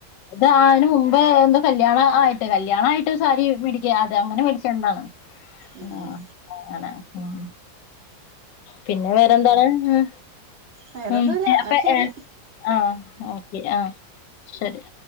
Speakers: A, on the left; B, on the right.
A: ഇത് ആന് മുമ്പേ എന്തൊ കല്ല്യാണ ആയിട്ട് കല്യാണ ആയിട്ട് സാരി മേടിക്ക അതെ അങ്ങനെ മേടിച്ച് തന്നതാണ്
B: ഉം
A: ആ അങ്ങനെ ഉം പിന്നെ വേറെന്താണ് ആ
B: വേറൊന്നുല്ല
A: ഉം
B: എന്നാ
A: അപ്പ
B: ശരി
A: ഏ ആ ഓക്കെ ആ ശരി